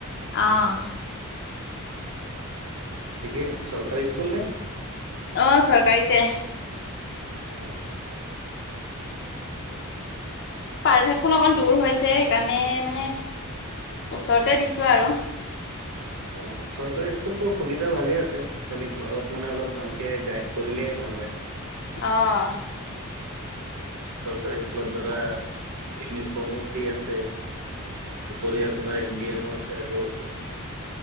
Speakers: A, on the left (about 50°); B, on the right (about 85°).
A: আহঁ।
B: ঠিকে চৰকাৰী স্কুল নে?
A: অ চৰকাৰীতে
B: অ
A: প্ৰাৰভেটখন অকণ দূৰ হৈ য সেইকাৰণে মানে ওচৰতে দিছো আৰু
B: অ চৰকাৰী স্কুলতো সুবিধা ভালে আছে খালি ঘৰত মানে অলপ ভালকে গাইড কৰিলে ভাল হয়।
A: অ',
B: চৰকাৰী স্কুলৰ দাৰা ইউনিফৰ্মো ফ্ৰী আছে। দুপৰীয়া তোমাৰ এম ডি এমও আছে আকৌ